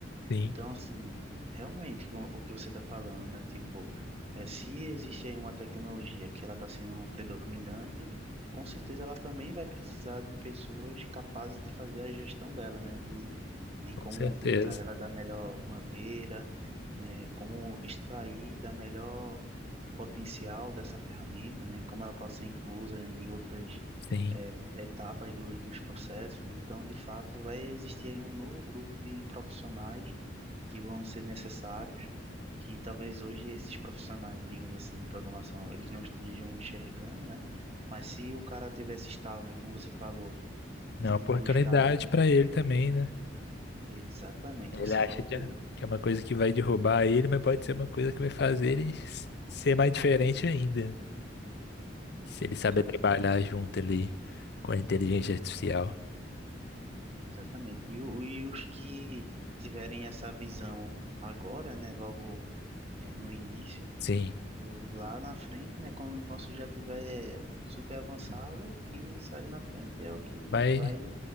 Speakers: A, on the left (about 60°); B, on the right (about 35°).
A: Sim,
B: Então, assim, realmente, com o que você está falando, né? Tipo, é, se existe aí uma tecnologia que ela está sendo predominante, com certeza ela também vai precisar de pessoas capazes de fazer a gestão dela, né? De, de
A: com
B: como
A: certeza.
B: utilizar ela da melhor maneira, né? Como extrair da melhor potencial dessa ferramenta, né? Como ela pode ser inclusa em outras
A: Sim.
B: é, etapas do, dos processos, né? Então, de fato, vai existir aí um novo grupo de profissionais que vão ser necessários, que talvez hoje esses profissionais, digamos assim, de programação, eles não estejam enxergando, né? Mas se o cara tivesse estalo, né, como você falou, de
A: É uma oportunidade
B: buscar
A: para ele também, né?
B: exatamente,
A: Ele
B: você
A: acha
B: falou
A: que
B: tudo,
A: é, que é uma coisa que vai derrubar ele, mas pode ser uma coisa que vai fazer ele s- ser mais diferente ainda. né? Se ele saber
B: exa
A: trabalhar junto ali com a inteligência artificial.
B: exatamente. E, o- e os que tiverem essa visão agora, né, logo eh, no início,
A: Sim.
B: e lá na frente, né, quando o nosso já tiver super avançado, quem sai na frente é o que
A: Vai,
B: vai